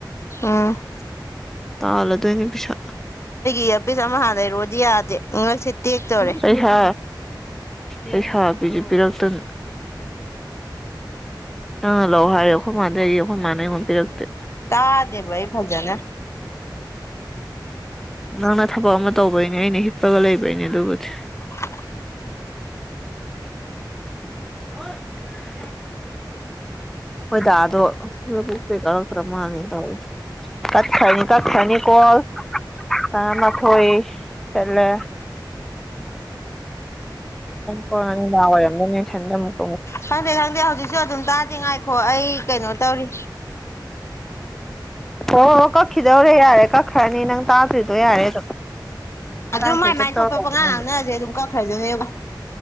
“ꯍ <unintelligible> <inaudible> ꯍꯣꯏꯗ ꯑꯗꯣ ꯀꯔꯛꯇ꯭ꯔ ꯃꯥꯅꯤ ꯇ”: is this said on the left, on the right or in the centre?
Centre